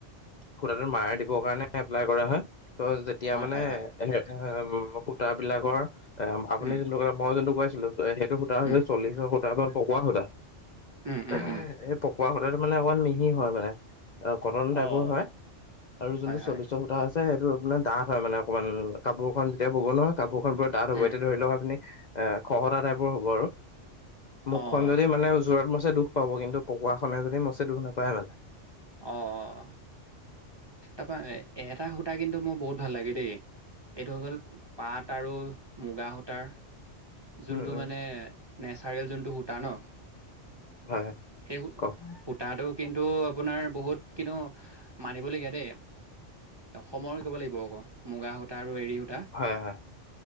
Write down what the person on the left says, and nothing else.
সুতাটো মাৰ দিব কাৰণে এপ্লাই কৰা হয়, ত' যেতিয়া
মানে
এহে এম সূতাবিলাকৰ, এ আম আপুনি
যোনটো ক মই যোনটো কৈ আছিলোঁ। অ সেইটো সূতা হৈছে
চল্লিশৰ সূতা বা পকোৱা সূতা,
এহে
সেই পকোৱা সূত ত এইটো মানে অকমান মিহি হয় মানে অ কটন টাইপৰ
হয়। আৰু যোনটো
চল্লিশৰ সূতা আছে সেইটো আপোনাৰ ডাঠ হয় মানে অকমান কাপোৰখন যেতিয়া বব ন। কাপোৰখন পুৰা ডাঠ হ'ব
এতিয়া ধৰি লওক আপুনি এ খহটা টাইপৰ হ'ব আৰু। মুখখন
যদি মানে ওজত মছে দুখ পাব কিন্তু পকোৱাখনে যদি মছে দুখ নাপায় মানে।
উম উম
হয় হয়
কওক
হয় হয়,